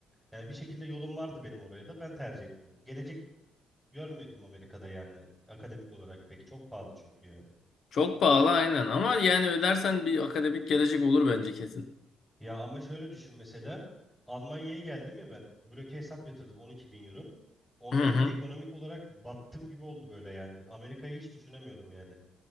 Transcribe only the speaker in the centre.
Yani bir şekilde yolum vardı benim oraya da. Ben tercih etmedim. Gelecek görmüyordum Amerika'da yani. Akademik olarak pek çok pahalı çünkü yani.
Ya ama şöyle düşün mesela. Almanya'ya geldim ya ben. Bloke hesap yatırdım 12 bin euro. Onda
bile ekonomik olarak battım gibi oldu böyle yani. Amerika'yı hiç düşünemiyorum yani.